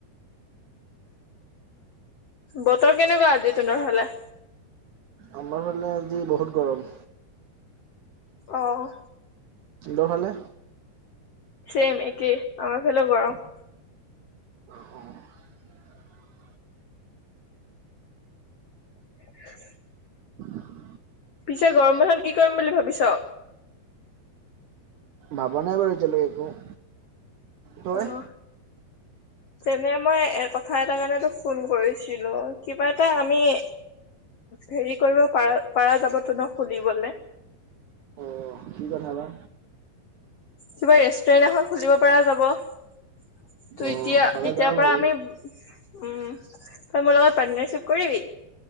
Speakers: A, on the left (about 75°); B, on the right (about 80°).
A: বতৰ কেনেকুৱা আজি তহঁতৰ ফালে?
B: আমাৰ ফালে আজি বহুত গৰম।
A: অঁ।
B: তহঁতৰ ফালে?
A: ছেম একেই আমাৰ ফালেওঁ গৰম।
B: <inaudible>
A: <inaudible>
B: <inaudible>
A: পিছে গৰম বন্ধত কি কৰিম বুলি ভাবিছ?
B: ভাবা নাই বাৰু এতিয়ালৈকে একো। তই
A: অঁ। তেনে মই এই কথা এটাৰ কাৰণে তোক ফোন কৰিছিলো, কিবা এটা আমি- হেৰি কৰিব পাৰা যাবতো ন খুলিবলে?
B: অঁ, কি কথা বা?
A: কিবা ৰেষ্টুৰেন্ট এখন খুলিব পৰা যাব, ত'
B: অ
A: এতিয়া-
B: পালে
A: এতিয়াৰ
B: যাওঁ
A: পৰা
B: বাৰু
A: আমি- উম, তই মোৰ লগত পাৰ্টনাৰশ্বিপ কৰিবি?